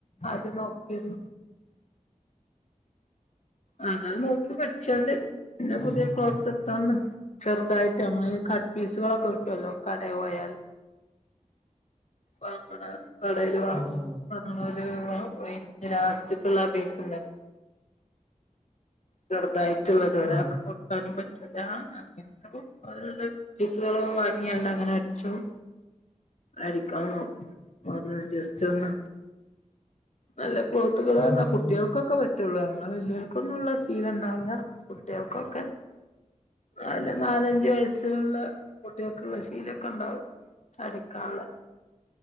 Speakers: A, on the left; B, in the centre.
A: ആദ്യം നോക്കെന്നു. അങ്ങനെ നോക്കി പഠിച്ചോണ്ട് പിന്നെ പുതിയ
B: ഉം
A: ക്ലോത്ത്
B: ഉം
A: തന്ന് ചെറുതായിട്ട് നമ്മൾ കട്ട് പീസുകളൊക്കെ കിട്ടുവല്ലോ കടേ പോയാല് നമ്മുടെ കടേല് വാ
B: ആ ആ
A: നമ്മെലൂർ ഒഴി ലാസ്റ്റ്ക്ക്ള്ള ആ പീസിന്റെ ണൊ? ചെറുതായിട്ടുള്ളത് ഒരാൾക്ക്
B: ആ
A: കൊടുക്കാനും പറ്റില്ല അങ്ങനത്തെ കൊ അങ്ങനുള്ള പീസുകള് വാങ്ങി അങ്ങനെ അടിച്ചു അടിക്കാ അ തെജസ്റ്റ് ഒന്ന് നല്ല ക്ലോത്തുകളാണ്
B: ആ
A: കു
B: ആ
A: ട്ടിയോൾക്കൊക്കെ
B: ഉം
A: പറ്റുള്ളൂ നമ്മടെ വല്ലികൾക്കൊന്നുള്ള ശീല ഇണ്ടാവൂല കുട്ടിയോൾക്കൊക്കെ നാല് നാലഞ്ച് വയസ്സിനുള്ള കുട്ടികൾക്കുള്ള ശീലൊക്കെ ഉണ്ടാവും അടിക്കാള്ളെ